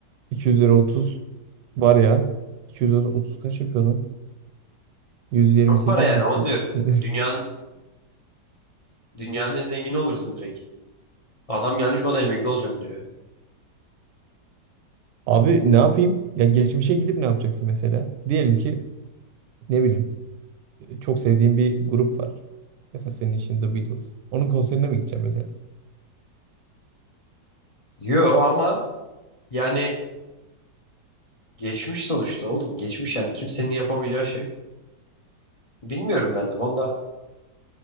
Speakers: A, on the right; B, on the left.
A: 200 lira 30 var ya. 200 lira 30 kaç yapıyor lan? 128
B: Çok para yani
A: bit
B: onu
A: mi?
B: diyorum.
A: <laughs>
B: Dünyanın, dünyanın en zengini olursun direkt. Adam gelmiş bana emekli olacağım diyor.
A: Abi ne yapayım? Ya geçmişe gidip ne yapacaksın mesela? Diyelim ki ne bileyim çok sevdiğim bir grup var. Mesela senin için The Beatles. Onun konserine mi gideceğim mesela?
B: Yo ama yani geçmiş sonuçta oğlum. Geçmiş yani kimsenin yapamayacağı şey. Bilmiyorum ben de valla.